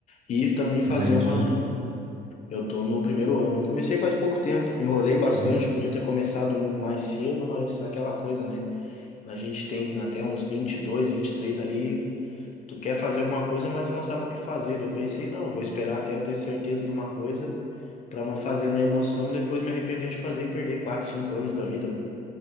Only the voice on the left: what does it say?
e também fazer
uma.
Eu tô no primeiro ano. Comecei faz pouco tempo, enrolei bastante,
podia ter começado mu- mais cedo, mas aquela coisa, né? A gente tem até uns 22, três ali. tu quer fazer alguma coisa, mas tu não sabe o que fazer. Eu pensei, não, eu vou esperar até eu ter certeza de uma coisa pra não fazer na emoção, depois me arrepender de fazer e perder 4 5 anos da vida, né?